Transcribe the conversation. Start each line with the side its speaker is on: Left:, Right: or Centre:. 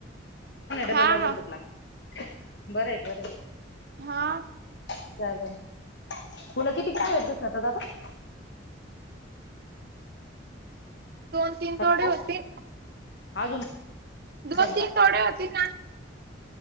Right: हा
Left: डबल, डबल
Right: हा
Left: भूक लागती बराय, बरय.
Right: हां.
Left: चालल मुल किती वेळ <unintelligible>
Right: दोन, तीन
Left: हॅलो
Right: तोडे होते.
Left: अजून
Right: दोन,
Left: पण
Right: तीन
Left: का
Right: तोडे होते ना